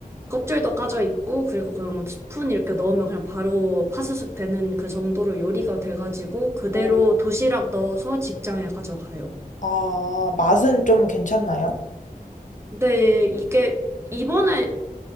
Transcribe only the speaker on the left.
뭐,
아, 맛은 좀 괜찮나요?